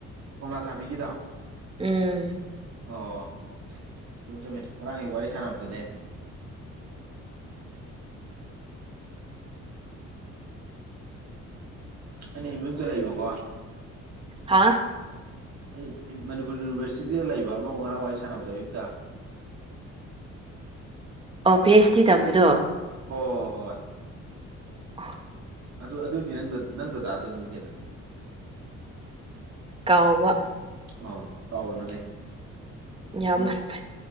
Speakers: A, on the right (about 60°); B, on the right (about 20°).
A: ꯀꯣꯝꯂꯥ ꯊꯥꯕꯤꯒꯤꯗꯣ
B: ꯎꯝ
A: ꯑꯣ ꯆꯨꯝꯃꯤ ꯆꯨꯝꯃꯤ ꯉꯔꯥꯡꯒꯤ ꯋꯥꯔꯤ ꯁꯥꯟꯅꯕꯗꯨꯅꯦ ꯑꯩꯅ ꯑꯦꯝ ꯌꯨꯗ ꯂꯩꯕꯀꯣ
B: ꯍꯥꯥ
A: ꯑꯩ ꯃꯅꯤꯄꯨꯔ ꯌꯨꯅꯤꯚꯔꯁꯤꯇꯤꯗ ꯂꯩꯕ ꯑꯃ ꯉꯔꯥꯡ ꯋꯥꯔꯤ ꯁꯥꯟꯅꯕꯗꯣ ꯑꯌꯨꯛꯇ
B: ꯑꯣ ꯄꯤ ꯑꯩꯩꯆ ꯗꯤ ꯇꯝꯕꯗꯣ
A: ꯍꯣ ꯍꯣ ꯍꯣꯏ
B: <inaudible>
A: ꯑꯗꯨ ꯑꯗꯨꯗꯤ ꯅꯪ ꯅꯪꯗ ꯗꯗꯥꯗꯨꯅꯤ ꯀꯩꯅꯣ
B: ꯀꯥꯎꯕ
A: ꯑꯣ ꯀꯥꯎꯒꯅꯨꯅꯦ
B: ꯌꯥꯝꯅ
A: ꯑꯗꯨꯝ
B: ꯐꯩ